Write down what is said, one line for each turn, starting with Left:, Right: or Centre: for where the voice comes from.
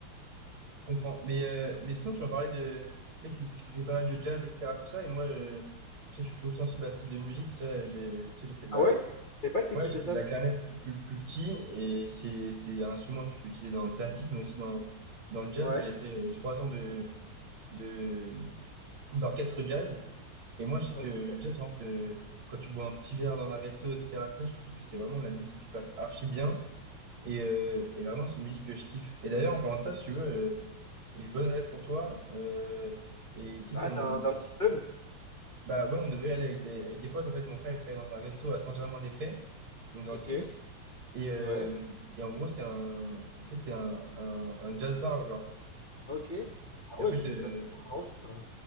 Right: Je comprends. Mais, euh, mais sinon, tu m'as parlé de, tu sais, que t'écoutais pas mal de jazz, etc., tout ça, et moi, euh, je sais que je suis plutôt sensible à ce type de musique, tu sais, j'ai, tu sais, j'ai fait de
Left: Ah
Right: la,
Left: ouais? Je savais pas que t'écoutais
Right: Ouais, j'ai fait
Left: ça,
Right: de la
Left: toi.
Right: clarinette plus, plus petit et c'est, c'est un instrument que tu peux utiliser dans le classique, mais aussi dans, dans le jazz.
Left: Ouais.
Right: Et J'ai fait euh, trois ans de, de, d'orchestre jazz. Et moi, je sais
Left: Ok.
Right: que le jazz, par exemple, euh, quand tu bois un petit verre dans un resto, etc., tu sais, je trouve que c'est vraiment la musique qui passe archi bien. Et, euh, et vraiment, c'est une musique que je kiffe. Et d'ailleurs, en parlant de ça, si tu veux, euh, j'ai une bonne adresse pour toi. euh, et peut-être
Left: Ah,
Right: qu'on
Left: d'un d'un petit club?
Right: bah ouais, on devrait aller avec des, avec des potes. En fait, mon frère, il travaille dans un resto à Saint-Germain-des-Prés, donc dans le
Left: Ok,
Right: six Et, euh,
Left: ouais,
Right: et en gros, c'est un, tu sais, c'est un, un, un jazz bar, genre.
Left: ok. Ah
Right: Et en
Left: ouais,
Right: fait,
Left: je,
Right: euh,
Left: ça fait envie, ça.